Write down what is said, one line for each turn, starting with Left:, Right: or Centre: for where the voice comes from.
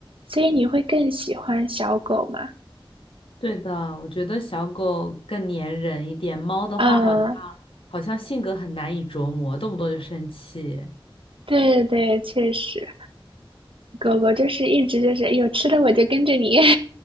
Right: 所以你会更喜欢小狗吗？
Left: 对的，我觉得小狗更粘人一点，猫的话好像
Right: 嗯，
Left: 好像性格很难以琢磨，动不动就生气。
Right: 对对对，确实，狗狗就是一直就是，哎呦，吃的我就跟着你。<laughs>